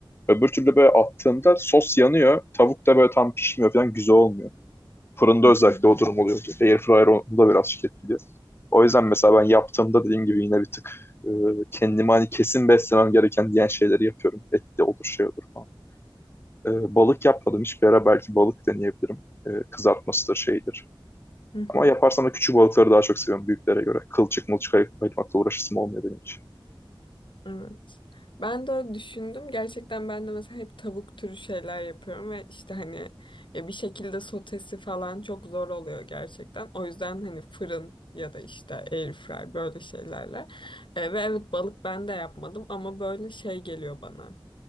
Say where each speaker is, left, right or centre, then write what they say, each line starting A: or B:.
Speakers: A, on the left (about 25°); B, on the left (about 65°).
A: Öbür türlü böyle attığında sos yanıyor. Tavuk da böyle tam pişmiyor falan güzel olmuyor. Fırında
B: hı
A: özellikle
B: hı,
A: o durum oluyordu. Airfryer onu da biraz etkiliyor. O yüzden mesela ben yaptığımda dediğim gibi yine bir tık e, kendime hani kesin beslemem gereken diyen şeyleri yapıyorum. Et de olur şey olur falan. E, balık yapmadım hiçbir ara belki balık deneyebilirim. E, kızartmasıdır şeydir.
B: hı hı.
A: Ama yaparsam da küçük balıkları daha çok seviyorum büyüklere göre. Kılçık mılçık ayıp, ayırmakla uğraşısım olmuyor benim için.
B: Evet. Ben de öyle düşündüm. Gerçekten ben de mesela hep tavuk türü şeyler yapıyorum ve işte hani ya bir şekilde sotesi falan çok zor oluyor gerçekten. O yüzden hani fırın ya da işte air fry böyle şeylerle. E, ve evet balık ben de yapmadım ama böyle şey geliyor bana.